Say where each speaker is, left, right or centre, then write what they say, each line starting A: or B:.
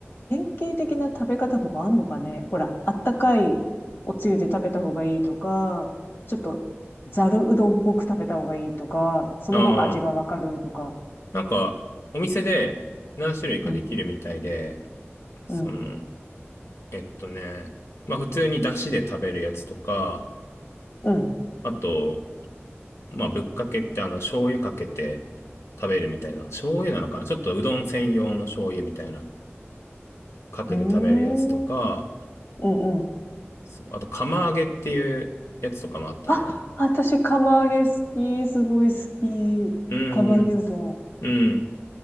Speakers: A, on the left; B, on the left.
A: 典型的な食べ方とかあんのかねほら、あったかいおつゆで食べた方がいいとか、ちょっとざるうどんっぽく食べた方がいいとか、その方が味がわかるとか。
B: ああ。なんか、お店で何種類かできるみたいで、
A: うん、
B: その、
A: うん、
B: えっとね、まあ普通に出汁で食べるやつとか、
A: うん。
B: あと、まあぶっかけってあの醤油かけて食べるみたいな、醤油なのかなちょっとうどん専用の醤油みたいな、かけて食べるやつとか、
A: へえ、うんうん。
B: そうあと釜揚げっていうやつとかもあったね。
A: あ、私、釜揚げ好き。すごい好き。
B: うーん、
A: 釜揚げうどん。
B: うん。